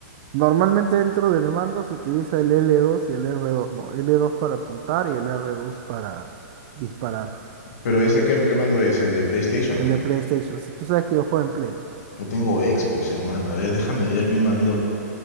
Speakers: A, on the right; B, on the left.
A: Normalmente dentro del mando se utiliza el L2 y el R2, ¿no? L2 para apuntar y el R2 para disparar.
B: Pero ese qué que mando es, el de PlayStation.
A: El de PlayStation. Si tú sabes que yo juego en Play,
B: Yo tengo Xbox, hermano. A ver, déjame ver mi mando.